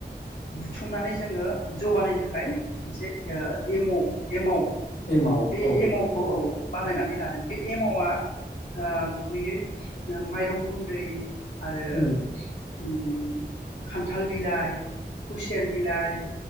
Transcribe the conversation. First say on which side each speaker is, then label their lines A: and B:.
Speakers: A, on the left (about 70°); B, on the left (about 80°).
A: बुथुमनानै जोङो जौ बानायनो थाखाय मोनसे एमाव एमाव
B: एमाव
A: बे
B: औ
A: एमावखौ औ बानायनानै लादों बे एमावा ओ गुबैयै माइरं गुन्दै आरो
B: उम
A: उम खानथाल बिलाइ खुसेर बिलाइ